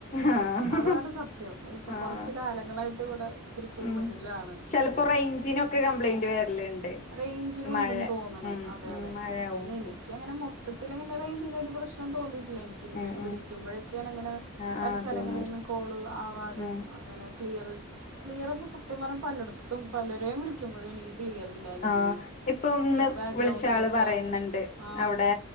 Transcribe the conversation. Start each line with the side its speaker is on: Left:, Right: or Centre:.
Left: ആഹ്
Right: അതാണ് സത്യം ഇപ്പൊ
Left: ആഹ്
Right: കൊറച്ച് കാലങ്ങളായിട്ട് ഇവിടെ ഇത്തിരി കൂടുതലാണ്
Left: ഉം ചെലപ്പോ
Right: ഏ
Left: റേഞ്ചിനൊക്കെ കംപ്ലൈന്റ് വരലുണ്ട്
Right: റേഞ്ചിനും
Left: ഈ മഴ
Right: ഉണ്ടെന്ന് തോന്നണ്
Left: ഉം
Right: അതെ
Left: ഉം
Right: അതെ
Left: മഴയാവും
Right: പിന്നെ എനിക്കങ്ങനെ മൊത്തത്തിലങ്ങട്ട് റേഞ്ചിന് ഒരു പ്രശ്നം തോന്നി പ്പളും എനിക്കിതിലേലും
Left: ഉം ഉം
Right: വിളിക്കുമ്പോഴൊക്കെയാണ് ഇങ്ങനെ
Left: ആഹ്
Right: പല
Left: ആഹ്
Right: സ്ഥലങ്ങളീന്നും
Left: തൂന്നൂര്
Right: കോള് ആവാതെയും
Left: ഉം
Right: അങ്ങനെ ക്ലിയറ് ക്ലിയറുമ്പൾ സത്യം പറഞ്ഞ പലയിടത്തും പലരെയും വിളിക്കുമ്പോഴും എനിക്ക് ക്ലിയർ ഇല്ല അല്ലെങ്കിൽ
Left: ആഹ് ഇപ്പൊ ഒന്ന്
Right: ബാക്ക്ഗ്രൗണ്ടിലൊക്കെ
Left: വിളിച്ച ആള് പറയുന്നുണ്ട്
Right: ആ
Left: അവിടെ